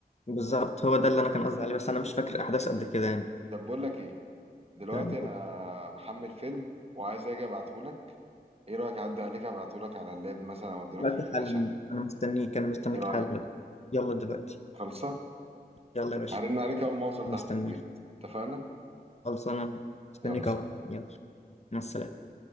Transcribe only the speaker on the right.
طب بقول لك ايه دلوقتي
انا محمل فيلم وعايز اجي ابعته لك ايه رايك اعدي عليك ابعته لك على اللاب مثلا او اديلك
في الفلاشه
ايه رايك
خلصه
هرن عليك أول ما أوصل
تحت
البيت اتفقنا؟
يلا سلام